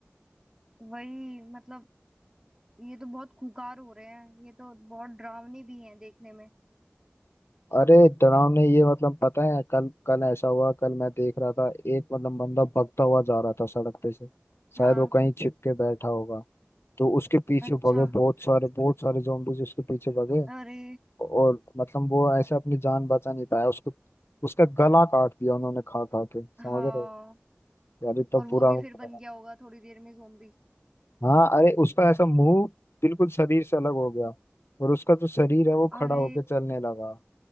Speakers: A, on the right; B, on the left.
A: वही मतलब ये तो बहुत खुंखार हो रहे हैं ये तो बहुत डरावने भी हैं देखने में
B: अरे डरावने ये मतलब पता है कल कल ऐसा हुआ कल मैं देख रहा था एक मतलब बंदा भगता हुआ जा रहा था सड़क पे से शायद
A: हाँ
B: वो कहीं छिप के बैठा होगा तो उसके पीछे
A: अच्छा
B: भगे बहुत सारे बहुत सारे जोम्बीज उसके पीछे भगे
A: अरे
B: और मतलब वो ऐसे अपनी जान बचा नहीं पाया उसको उसका गला काट दिया उन्होंने खा खा के समझ
A: हाँ
B: रहे हो? यार इतना
A: और वो
B: पूरा
A: भी
B: हो
A: फिर
B: गया।
A: बन गया होगा थोड़ी देर में जोम्बी
B: हाँ अरे उसका ऐसा मुंह बिल्कुल शरीर से अलग हो गया और उसका जो शरीर है वो खड़ा
A: अरे
B: होकर चलने लगा